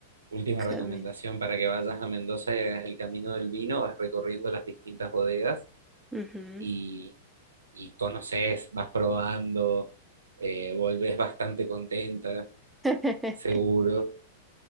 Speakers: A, on the right; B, in the centre.
A: Última
B: Camino.
A: recomendación para que vayas a Mendoza y hagas el camino del vino, vas recorriendo las distintas bodegas
B: Ujú.
A: y, y conoces, vas probando, eh, volvés bastante contenta,
B: <laughs>
A: seguro,